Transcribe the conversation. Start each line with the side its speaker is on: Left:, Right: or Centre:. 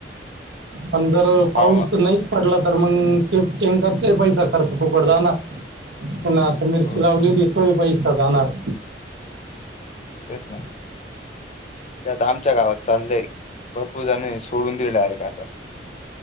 Right: पण जर पाऊस
Left: हवामान
Right: नाहीच पडला तर मग ट. टँकर तें पैसा खर्च फुकट जाणार, पुन्हा आता मिरची
Left: हो
Right: लावलेली, तो पैसा सा जानार.
Left: तेच ना ते आता आमच्या गावात. चाललंय भरपूर जण सोडून दिले डारेक्ट आता.